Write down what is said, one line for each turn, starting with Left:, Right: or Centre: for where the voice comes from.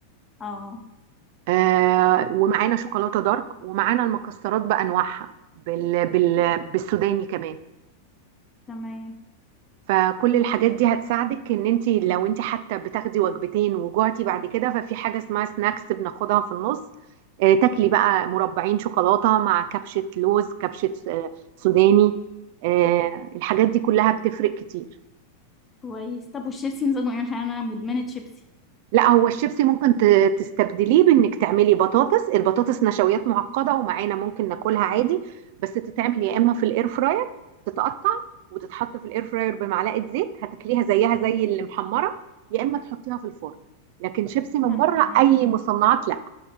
Left: اه
Right: آه ومعانا شوكولاتة دارك ومعانا المكسرات بأنواعها بال بال بالسوداني كمان
Left: تمام
Right: فكل الحاجات دي هتساعدك ان انت لو انت حتى بتاخدي وجبتين وجوعتي بعد كده ففي حاجة اسمها سناكس بناخدها في النص آه تاكلي بقى مربعين شوكولاتة مع كبشة لوز كبشة آه سوداني آه الحاجات دي كلها بتفرق كتير
Left: كويس طب والشيبسي نظامه ايه عشان انا مدمنة شيبسي
Right: لا هو الشيبسي ممكن ت- تستبدليه بانك تعملي بطاطس البطاطس نشويات معقده ومعانا ممكن ناكلها عادي بس تتعمل يا اما في الاير فراير تتقطع وتتحط في الاير فراير بمعلقه زيت هتاكليها زيها زي اللي محمره يا اما تحطيها في الفرن لكن شيبسي من
Left: يعني
Right: بره
Left: يعني
Right: اي مصنعات لا